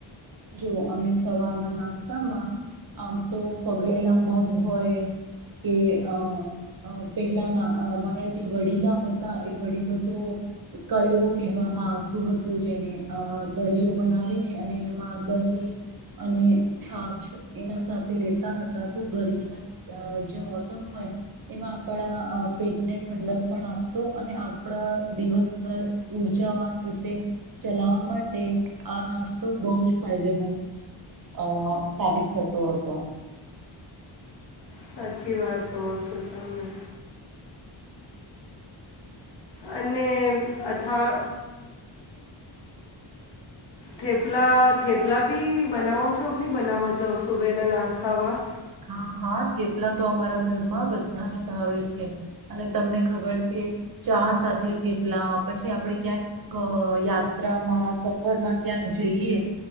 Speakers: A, on the right; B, on the left.
A: જો અમે સવારના નાસ્તામાં આમ તો પગળેલા મગ હોય કે અહ અહ પહેલા અહ અમારા જે વડીલા હતા એ વડીલો તો કળવો કહેવામાં આવતું હતું જેને અહ દલીયો બનાવીને અને એમાં દહી અને છાછ એના સાથે લેતા હતા તો ગરમીના અહ જે મોસમ હોય એમાં આપડા અહ પેટને ઠંડક પણ આપતો અને આપડા દિવસભર ઉર્જાવાન રીતે ચલાવવા માટે આ નાસ્તો બહુ જ ફાયદેમંદ અહ સાબિત થતો હતો.
B: સાચી વાત કોહ સો તમે. અને અથા થેપલા થેપલા બી બનાવો છો કે નઈ બનાવો છો સુબે ના નાસ્તામાં?
A: હા હા થેપલા તો અમારા ઘરમાં બધાને ભાવે છે. અને તમને ખબર છે ચા સાથે થેપલા પછી આપડે ક્યાંક અહ યાત્રામાં સફરમાં ક્યાંક જઈએ